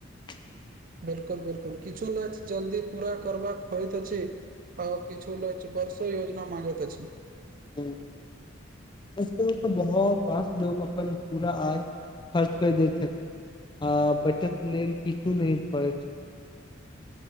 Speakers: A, on the left; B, on the right.
A: <unintelligible>
B: बिल्कुल- बिल्कुल किछु लै छै जल्दी पूरा करबाक होइत अछि आ किछु लै छै बर्षो योजना मागैत अछि। <unintelligible>
A: <unintelligible> हुं किछ लोक के बहोत रास लोक अपन पूरा आय खर्च कर दै छथिन आ बचत लेल किछु नहि पड़े छथिन।